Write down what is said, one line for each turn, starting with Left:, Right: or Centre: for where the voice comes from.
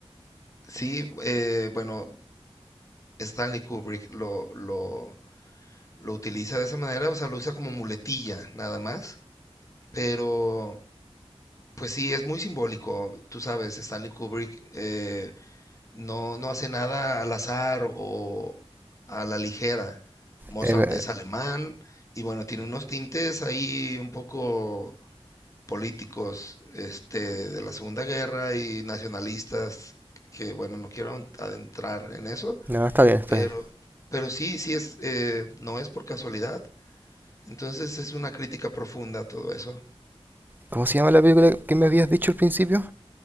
Left: Sí, eh, bueno, Stanley Kubrick lo, lo, lo utiliza de esa manera, o sea, lo usa como muletilla nada más, pero pues sí, es muy simbólico, tú sabes, Stanley Kubrick eh, no, no hace nada al azar o a la ligera. Mozart
Right: Eh,
Left: es alemán y bueno, tiene unos tintes ahí un poco políticos este, de la Segunda Guerra y nacionalistas, que bueno, no quiero adentrar en eso,
Right: no, está bien, está
Left: pero,
Right: bien.
Left: pero sí, sí es, eh, no es por casualidad. Entonces es una crítica profunda a todo eso.
Right: ¿Cómo se llama la película que me habías dicho al principio?